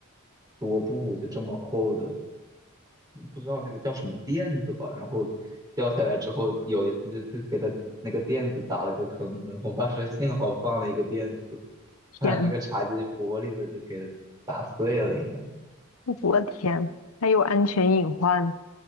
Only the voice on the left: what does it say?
天，
我的天，还有安全隐患，